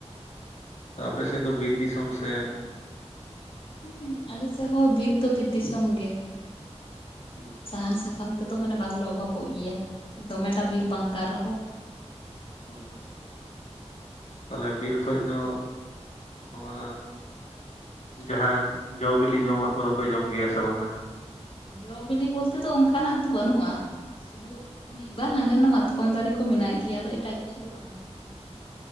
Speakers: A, on the left; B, on the left.
A: ᱟᱯᱮ ᱥᱮᱫ ᱫᱚ ᱵᱤᱨ ᱫᱤᱥᱚᱢ ᱥᱮᱼᱼ
B: ᱦᱩᱸ ᱟᱞᱮ ᱥᱮᱫ ᱦᱚᱸ ᱵᱤᱨ ᱫᱚ ᱵᱤᱨ ᱫᱤᱥᱚᱢ ᱜᱮ᱾
A: ᱦᱩᱸ
B: ᱥᱟᱦᱟᱱ ᱥᱟᱠᱟᱢᱼᱼ ᱠᱟᱢ ᱛᱮᱫᱚ ᱢᱟᱱᱮ ᱵᱟᱝᱞᱮ ᱚᱵᱷᱟᱯᱚᱜ ᱜᱮᱭᱟ ᱫᱚᱢᱮᱴᱟ ᱵᱤᱨ ᱵᱟᱝ ᱠᱟᱱ ᱨᱮᱦᱚᱸ
A: ᱦᱩᱸ ᱛᱟᱞᱮ ᱵᱤᱨ ᱠᱷᱚᱡ ᱫᱚ ᱱᱚᱣᱟᱼᱼ ᱡᱟᱦᱟᱸ ᱡᱚ ᱵᱤᱞᱤ ᱡᱚᱢᱟᱜ ᱠᱚᱫᱚ ᱯᱮ ᱡᱚᱢ ᱜᱮᱭᱟ ᱥᱮ ᱵᱟᱝᱟ
B: ᱡᱚ ᱵᱤᱞᱤ ᱵᱚᱞᱛᱮ ᱫᱚ ᱚᱱᱠᱟᱱᱟᱜ ᱫᱚ ᱵᱟᱹᱱᱩᱜᱼᱟ ᱥᱩᱫᱩ ᱢᱤᱫ ᱵᱟᱨ ᱦᱟᱸᱰᱮ ᱱᱟᱰᱮ ᱢᱟᱛ ᱠᱚᱢ ᱫᱟᱨᱮ ᱠᱚ ᱢᱮᱱᱟᱜ ᱜᱮᱭᱟ ᱟᱫᱚ ᱮᱴᱟᱜ ᱠᱤᱪᱷᱩ ᱫᱚ ᱵᱟᱝ ᱧᱟᱢᱚᱜ ᱼᱼ